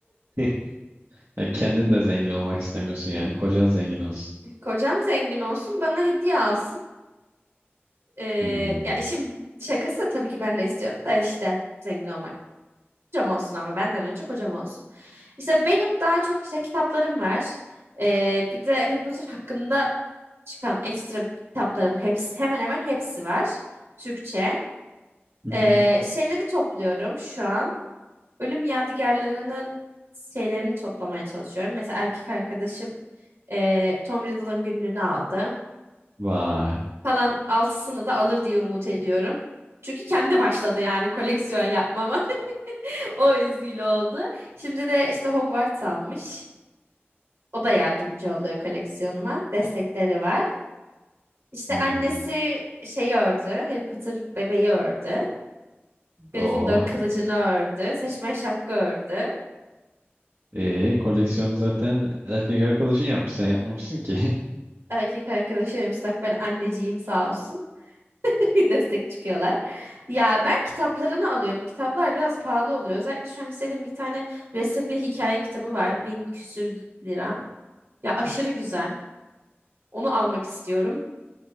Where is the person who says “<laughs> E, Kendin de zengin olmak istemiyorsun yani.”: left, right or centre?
Right